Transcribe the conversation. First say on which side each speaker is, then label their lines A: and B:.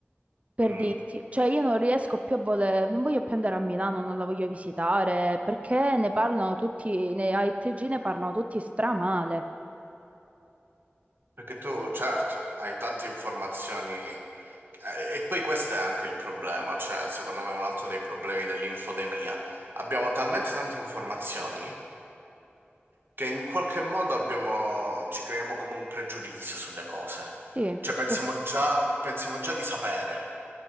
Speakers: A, on the right; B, on the right.
A: per
B: Mm.
A: dirti. Cioè, io non riesco più a voler, non voglio più andare a Milano, non la voglio visitare, perché ne parlano tutti, nei AITG ne parlano tutti stramale.
B: Perché tu, certo, hai tante informazioni eh, e poi questo è anche il problema, cioè secondo me è un altro dei problemi dell'infodemia. Abbiamo talmente tante informazioni che in qualche modo abbiamo, ci creiamo come un pregiudizio sulle cose.
A: Sì,
B: Cioè pensiamo
A: che
B: già, pensiamo già di sapere,